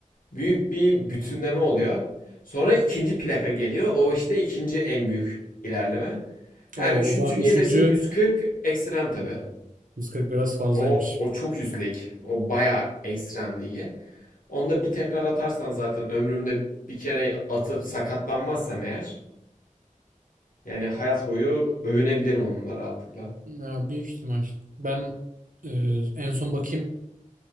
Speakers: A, on the left; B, on the right.
A: Büyük bir bütünleme oluyor. Sonra ikinci plaka geliyor. O işte ikinci en büyük ilerleme. Ha
B: Oo,
A: üçüncü
B: o zaman 3.
A: gelirse 140 ekstrem tabii.
B: 140 biraz fazlaymış.
A: O o çok üst O bayağı ekstrem ligi. Onda bir tekrar atarsan zaten ömrümde bir kere atıp sakatlanmazsam eğer yani hayat boyu övünebilirim onunla rahatlıkla.
B: Ya, büyük ihtimal. Ben e, en son bakayım